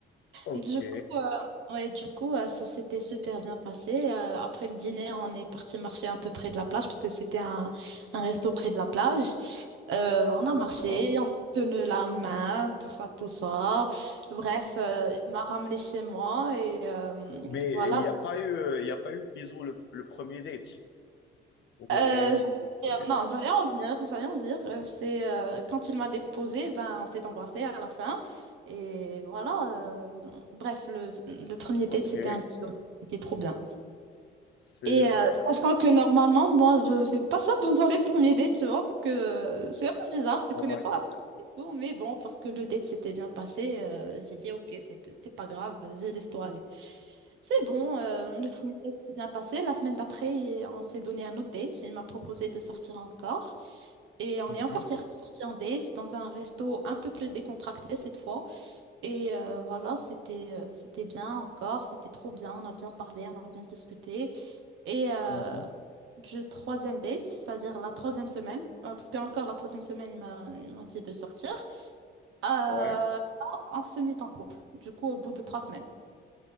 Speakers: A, on the left; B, on the right.
A: Ok,
B: Du coup, euh, ouais, du coup euh, ça s'était super bien passé. Euh, après le dîner, on est parti marcher un peu près de la plage parce que c'était un, un resto près de la plage. Euh, on a
A: d'accord.
B: marché, on s'est tenu la main, tout ça, tout ça. Bref, euh, il m'a ramené chez moi et euh,
A: Mais
B: voilà.
A: il n'y a pas eu, euh, il n'y a pas eu le bisou le, le premier date. Ou bien
B: Euh,
A: il y a eu le bisou le premier
B: j'allais dire-
A: date.
B: non, j'allais en venir, j'allais en venir. Euh, C'est euh, quand il m'a déposé, ben, on s'est embrassé à la fin. Et voilà. euh, bref, le, le premier
A: Ok,
B: date, c'était un 10 C'était trop bien.
A: super.
B: Et euh, sachant que normalement, moi, je fais pas ça <laughs> pendant les premiers dates, tu vois, parce que euh, c'est un peu bizarre, je
A: Ouais.
B: connais pas la personne et tout, mais bon, parce que le date s'était bien passé, euh, j'ai dit, ok, c'est c'est pas grave, vas-y, laisse-toi aller. C'est bon, euh, le premier date s'est bien passé, la semaine d'après, on s'est donné un autre date, il m'a proposé de sortir encore, et on
A: Mhm,
B: est encore cer- sorti en date dans un resto un peu plus décontracté cette fois, et euh, voilà, c'était euh, c'était bien encore, c'était trop bien, on a bien parlé, on a bien discuté. Et euh,
A: mhm.
B: du troisième date, c'est-à-dire la troisième semaine, euh, parce qu'encore la troisième semaine, il m'a il m'a dit de sortir, euh,
A: Ouais.
B: on se mit en couple, du coup, au bout de trois semaines.